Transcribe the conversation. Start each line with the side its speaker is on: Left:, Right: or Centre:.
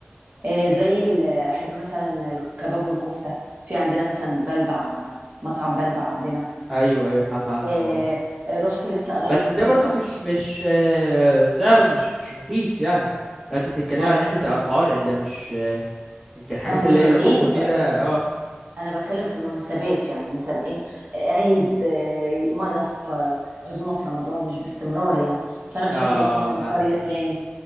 Right: آه، زي ال- احب مثلا الكباب والكفته في عندنا مثلا بلبع مطعم بلبع عندنا
Centre: ايوه ايوه سمعت عنه
Right: آه،
Centre: اه
Right: آه، رحت لسه قريب
Centre: بس
Right: كنت
Centre: ده
Right: رايحه
Centre: برضو
Right: في
Centre: مش مش آه، سعره مش مش رخيص يعني لو انت بتتكلم
Right: ما
Centre: عن ناحية الاسعار يعني ده مش آه، انت الحاجات
Right: ما هو مش
Centre: اللي هي
Right: رخيص
Centre: اللحوم كده اه
Right: انا بتكلم في المناسبات يعني مثلا ايه عيد آه، مره في آه، عزومه في رمضان مش باستمرار يعني فانا بحب
Centre: اه
Right: ايه مثلا
Centre: فاهمك
Right: قريه
Centre: فاهمك
Right: هاني